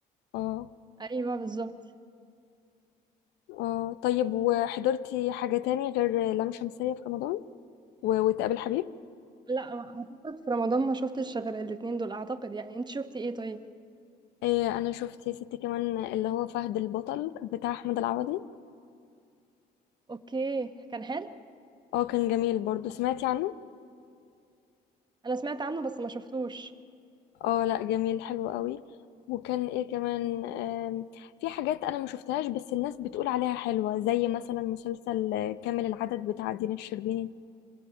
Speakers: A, on the left; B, on the right.
A: اه
B: ايوه بالظبط
A: اه طيب وحضرتي حاجة تاني غير لام شمسية في رمضان و- وتقابل حبيب
B: لا اعتقد في رمضان ما شفتش غير الاتنين دول اعتقد يعني انت شفتي ايه طيب
A: إيه انا شفت يا ستي كمان اللي هو فهد البطل بتاع احمد العوضي
B: اوكي كان حلو
A: اه كان جميل برضو سمعتي عنه
B: انا سمعت عنه بس ما شفتوش
A: اه لا جميل حلو قوي وكان ايه كمان آم، في حاجات انا ما شفتهاش بس الناس بتقول عليها حلوة زي مثلا مسلسل آه، كامل العدد بتاع دينا الشربيني